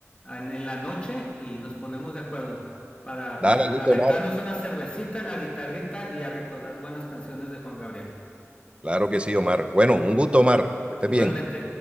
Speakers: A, on the left (about 20°); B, on the right (about 25°).
A: en- en la noche y nos ponemos de acuerdo? Para,
B: Dale,
A: para
B: listo,
A: aventarnos
B: Omar.
A: una cervecita, la guitarrita y a recordar buenas canciones de Juan Gabriel.
B: Claro que sí, Omar. Bueno, un gusto, Omar. Que estés
A: Igualmente.
B: bien.